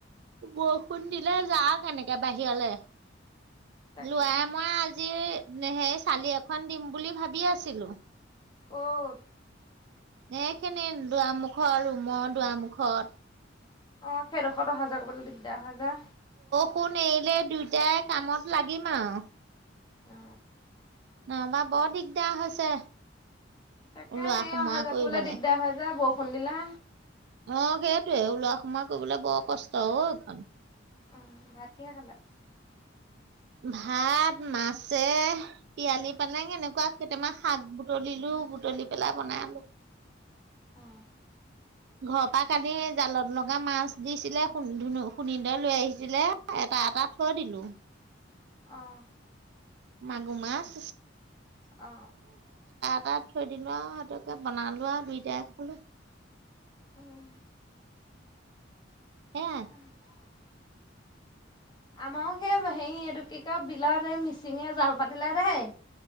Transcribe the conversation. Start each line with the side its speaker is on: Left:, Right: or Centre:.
Right: বৰষুণ দিলে যাও কেনেকে বাহিৰলৈ
Left: তাকে
Right: লোৱাই মই আজি সেই চালি এখন দিম বুলি ভাবি আছিলো।
Left: কট।
Right: এইখিনি দুৱামুখৰ ৰুমৰ দুৱামুখত।
Left: অ সেইডোখৰত অহা যোৱা কৰিবলৈ দিগদাৰ হয় যে,
Right: বৰষুণ এৰিলে দুইটাই কামত লাগিম আও
Left: অ।
Right: নাবা বৰ দিগদাৰ হৈছে।
Left: তাকে
Right: ওলোৱা
Left: সে
Right: সোমোৱা
Left: অহা যোৱা
Right: কৰিবলে।
Left: কৰিবলৈ দিগদাৰ হয় যে বৰষুণ দিলে।
Right: অ সেইটোৱে ওলোৱা সোমাৱ কৰিবলে বৰ কষ্ট অ এইখন।
Left: উম ভাতকিহে খালা?
Right: ভাত মাছে তিয়ালি পালেং এনেকুৱা কেইটামান শাক বুটলিলো। বুতলি পেলাই বনাই আলো।
Left: অ।
Right: ঘৰ পৰা কালি জালত লগা মাছ দিছিলে শু ধুন শুনি ধৰে লৈ আহিছিলে। এটা এটা থৈ দিলো।
Left: অঁ
Right: মাগোমাছ
Left: অ।
Right: ভাত থৈ দিলো আৰু সিহঁতকে বনালো আৰু দুইটায় খাই দিলো
Left: উম
Right: সেয়াই
Left: তাকেহে। আমাও সেই হেৰি এইটো কি কয় বিলত এই মিচিঙে জাল পাতিলে দেই